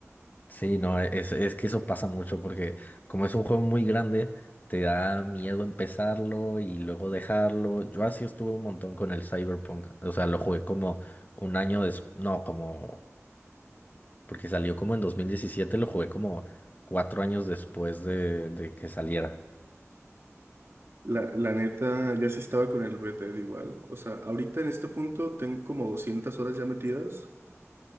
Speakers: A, on the left; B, on the right.
A: Sí, no, es, es que eso pasa mucho porque como es un juego muy grande, te da miedo empezarlo y luego dejarlo. Yo así estuve un montón con el Cyberpunk. O sea, lo jugué como un año después, no, como, porque salió como en 2017 lo jugué como cuatro años después de, de que saliera.
B: La, la neta, yo así estaba con el Red Dead igual. O sea, ahorita en este punto tengo como 200 horas ya metidas